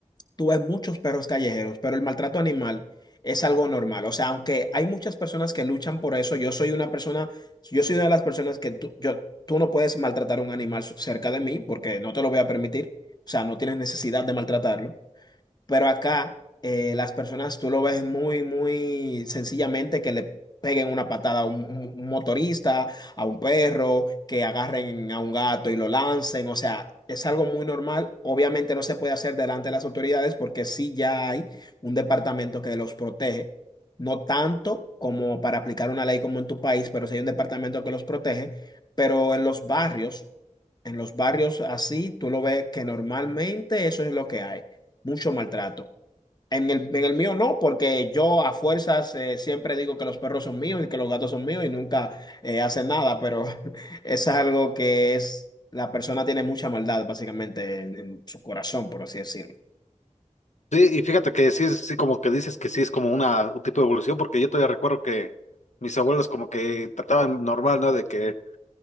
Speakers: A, on the left; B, on the left.
A: Tú ves muchos perros callejeros, pero el maltrato animal es algo normal. O sea, aunque hay muchas personas que luchan por eso, yo soy una persona, yo soy una de las personas que tú, yo, tú no puedes maltratar un animal cerca de mí porque no te lo voy a permitir. O sea, no tienes necesidad de maltratarlo. Pero acá eh, las personas tú lo ves muy, muy sencillamente que le peguen una patada a un, un motorista, a un perro, que agarren a un gato y lo lancen. O sea, es algo muy normal. Obviamente no se puede hacer delante de las autoridades porque sí ya hay un departamento que los protege. No tanto como para aplicar una ley como en tu país, pero sí hay un departamento que los protege. Pero en los barrios. En los barrios así, tú lo ves que normalmente eso es lo que hay, mucho maltrato. En el, en el mío no, porque yo a fuerzas eh, siempre digo que los perros son míos y que los gatos son míos y nunca eh, hacen nada, pero <laughs> es algo que es, la persona tiene mucha maldad básicamente en, en su corazón, por así decirlo.
B: Sí, y fíjate que sí, es- sí, como que dices que sí es como una, un tipo de evolución, porque yo todavía recuerdo que mis abuelos como que trataban normal, ¿no? De que,